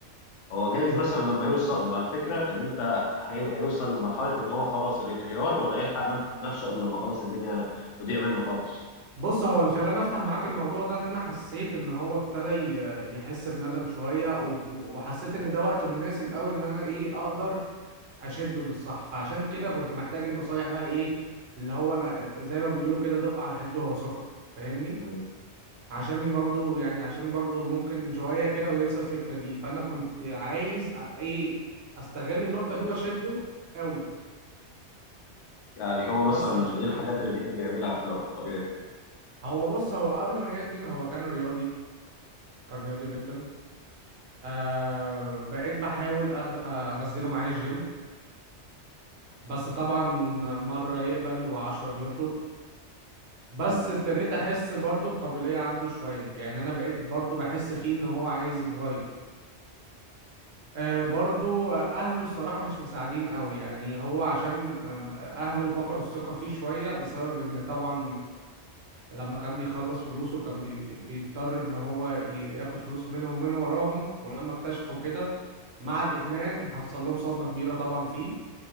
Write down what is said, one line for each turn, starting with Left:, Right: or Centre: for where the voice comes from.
Left: هو جايز مثلا لما يوصل مع الفكره ان انت هي- هيوصل لمرحله ان هو خلاص الانهيار ولا يلحق نفس- نفسه قبل ما خلاص الدنيا تضيع منه خالص
Right: بص هو اللي خلاني افتح معاك الموضوع ده ان انا حسيت ان هو ابتدى ي- يحس بندم شويه و- و- وحسيت ان ده وقت مناسب قوي ان انا ايه اقدر اشده للصح فعشان كده كنت محتاج النصايح بقى ايه اللي هو انا زي ما بيقولوا كده دق على الحديد وهو سخن فاهمني
Left: مم.
Right: عشان برضو يعني عشان برضو ممكن شويه كده وينسى الفكره دي فانا كنت عايز أ- ايه استغل النقطه دي واشده قوي
Left: يعني هو مثلا
Right: بس عشان
Left: ايه الحاجات
Right: اه
Left: اللي بيحب يعملها في الوقت الطبيعي
Right: هو بص هو قبل ما يدمن هو كان رياضي كان رياضي جدا آه بقيت بحاول أغ... آه انزله معايا الجيم بس طبعا مرة يقبل وعشرة بيرفض بس
Left: مم.
Right: ابتديت احس برضو بقابلية عنده شوية يعني انا بقيت برضو بحس فيه ان هو عايز يتغير آه برضو اهله الصراحة مش مساعدين قوي يعني هو عشان آم، اهله فقدوا الثقة فيه شوية بسبب ان طبعا لما كان بيخلص فلوسه كان بي... بيضطر ان هو ي- ياخد فلوس منهم من وراهم ولما اكتشفوا كده مع الادمان حصل لهم صدمة كبيرة طبعا فيه